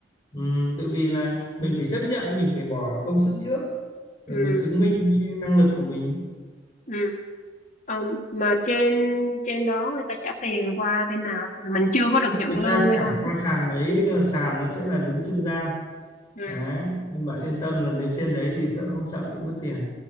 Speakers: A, on the left; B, on the left.
A: Ừ, tự vì là mình phải chấp nhận, mình phải bỏ công sức trước để
B: ừ
A: mình chứng minh cái năng lực của mình.
B: ừ Ờ, mà trên trên đó người ta trả tiền qua bên nào mình chưa có được nhận
A: Người
B: lương
A: ta
B: đây
A: chẳng
B: không
A: qua sàn đấy, ờ, sàn nó sẽ là đứng trung gian.
B: ừ
A: Đấy. Nhưng bạn yên tâm là nếu trên đấy thì kh- không sợ bị mất tiền.